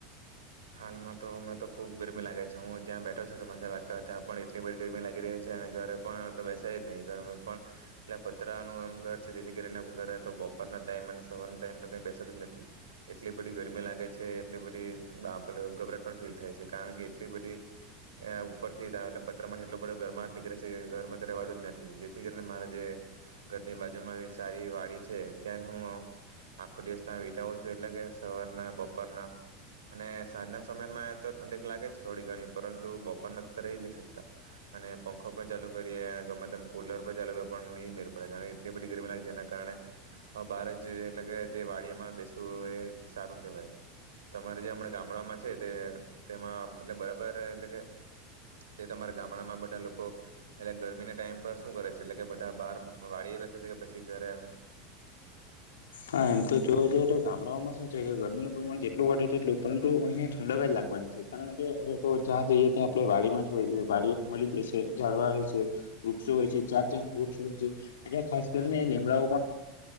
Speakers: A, on the right (about 80°); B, on the left (about 75°).
A: હાલમાં તો હમણાં તો ખુબ ગરમી લાગે છે હું જ્યાં બેઠો છું ચોમાસા વાટકા ત્યાં પણ એટલી બધી ગરમી લાગી રહી છે અને ઘરે પણ બેસે જ નહીં ગર પણ, એટલે પતરાનું એમ ઘર છે જેથી કરીને ઘરે તો બપોરનો ટાઈમ અને સવારનો ટાઈમ તો ક બેસતો જ નથી, એટલી બધી ગરમી લાગે છે એટલી બધી પે ગભરાટ પણ ફીલ થાય છે કારણ કે એટલી બધી, ઉપરથી ત એટ પથર એટલો બધો ગરમાટ નીકળે છે કે ઘરમાં ત્યારે વાળું જ નથી જેથી કરીને મારા જે, ઘરની બાજુમાં સારી વાડી છે ત્યાં હું, આખો દિવસ ત્યાં વિતાવું છું એટલે કે સવારના બપોરના, અને સાંજના સમયમાં તો ઠંડીક લાગે છે થોડી ઘણી પરંતુ બપોરના તો રહી જ નહી શકતા, અને પંખો પણ ચાલુ કરીએ અને ગમે તમ કુલર પણ ચાલુ કરી પણ નહી મેર પડે કારણ, એટલી બધી ગરમી લાગે જેના કારણે બાર જ જે એટલે કે જે વાડીયામાં બેસવુંય એ સારું કેહેવાય, તમારે જે હમણાં ગામ ગામડામાં છે તે તેમાં એટ બરાબર એટલે કે, તે તમારા ગામડામાં બધા લોકો એટલે ગરમીના ટાઈમ પર શું કરે છે એટલે કે બધા બહાર વાડી બેસે છે કે પછી ઘરે એમ.
B: હા એમ તો જો જઈએ તો ગામડાઓમાં શું છે કે ગરમીનું પ્રમાણ જેટલું વધે તેટલું પરંતુ અહિયાં ઠંડકવા જ લાગવાની છે કારણ કે હવે તો જ્યાં જઈએ ત્યાં આપણે વાડીમાં જ વાડી મળી જશે ઝાડવા હોય છે, વૃક્ષો હોય છે જાત જાતનું વૃક્ષ હોય છે, એને ખાસ કરીને લીમડાઓ